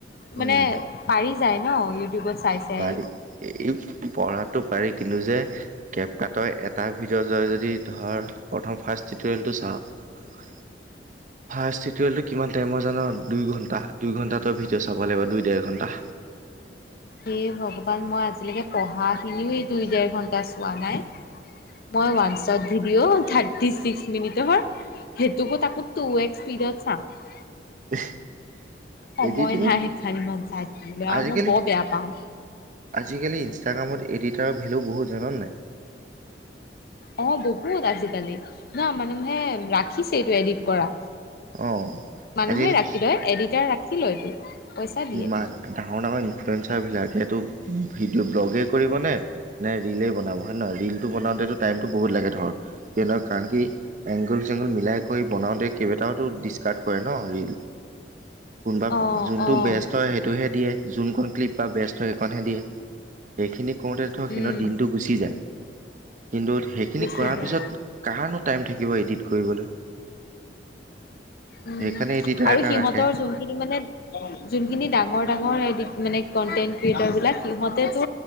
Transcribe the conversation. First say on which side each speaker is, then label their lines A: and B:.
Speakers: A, on the right; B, on the left.
A: উম।
B: মানে পাৰি যায় ন' ইউটিউবত চাই চাই।
A: পাৰি। এ, পঢ়াটো পাৰি কিন্তু যে কেব কাটৰ এটা ভিডিঅ' জয় যদি ধৰ প্ৰথম ফাৰ্ষ্ট টিটৰিয়েলটো চাওঁ ফাৰ্ষ্ট ইট টিঅ'লটো কিমান টাইমৰ জান দুই ঘণ্টা, দুই ঘণ্টা তই ভিডিঅ' চাব লাগিব দুই, ডেৰ ঘণ্টা।
B: হে ভগৱান মই আজিলৈকে পঢ়াখিনিও এই দুই ডেৰ ঘণ্টা চোৱা নাই। মই ওৱানচত ভিডিঅ' থাৰ্টি ছিক্স মিনিট সেইটোকো তাকো টু এক্স ইস্পিডত চাও।
A: <unintelligible>
B: সময়
A: এডিটিঙত
B: নাই সেইখন ইমান চাই থাকিলে আৰু
A: আজিকালি
B: মই বৰ বেয়া পাওঁ।
A: আজিকালি ইনষ্টাগ্ৰামত এডিটাৰৰ ভেলু বহুত জান' নে নাই?
B: অ' বহুত আজিকালি, না মানুহে ৰাখিছে এইটো এডিট কৰা।
A: অ
B: মানুহে
A: আজিকালি
B: ৰাখিলে
A: কি
B: এডিটাৰ ৰাখি লয়তো। পইচা দিয়ে।
A: ইমান ডাঙৰ ডাঙৰ ইনফ্লুৱেঞ্চাৰবিলাকে তোৰ ভিডিঅ' ব্লগেই কৰিবনে নে ৰিলেই বনাব হয় নহয়? ৰিলটো বনাওঁতেতো টাইমটো বহুত লাগে ধৰ। কিয় নহয় কাৰণ কি এংগুল চেংগুল মিলাই কৰি বনাওঁতে কেইবটাও ডিচ কাট কৰে ন' ৰিল। কোনবা
B: অ'
A: ঝুম
B: অ'
A: তই সেইটোহে দিয়ে, যোনখন ক্লিপ বা বেষ্ট হয় সেইখনহে দিয়ে। সেইখিনি কৰোতে ধৰ সিহঁতৰ
B: উম
A: দিনতটো গুচি যায়, কিন্তু সেইখিনি
B: গুচি
A: কৰাৰ
B: যায়।
A: পিছত কাৰনো টাইম থাকিব এডিট কৰিবলৈ।
B: উম,
A: সেইকাৰণে এডিটাৰ
B: আৰু
A: এটা
B: সিহঁতৰ
A: ৰাখে
B: যোনখিনি মানে যোনখিনি ডাঙৰ ডাঙৰ এডিট মানে কন্টেন্ট ক্ৰিয়েটৰবিলাক সিহঁতেতো